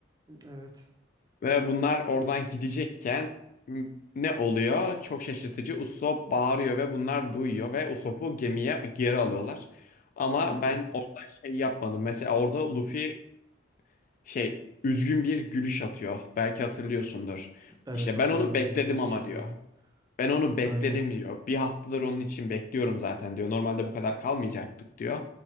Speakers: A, on the right; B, on the left.
A: Evet.
B: Ve bunlar oradan gidecekken m- ne oluyor? Çok şaşırtıcı. Usopp bağırıyor ve bunlar duyuyor ve Usopp'u gemiye geri alıyorlar. Ama
A: Aynen.
B: ben orada şey yapmadım. Mesela orada Luffy şey üzgün bir gülüş atıyor. Belki hatırlıyorsundur.
A: Evet
B: İşte
A: hatırlıyorum
B: ben onu bekledim
A: ya net
B: ama
A: bir şekilde.
B: diyor. Ben onu bekledim
A: Aynen.
B: diyor. Bir haftadır onun için bekliyorum zaten diyor. Normalde bu kadar kalmayacaktık diyor.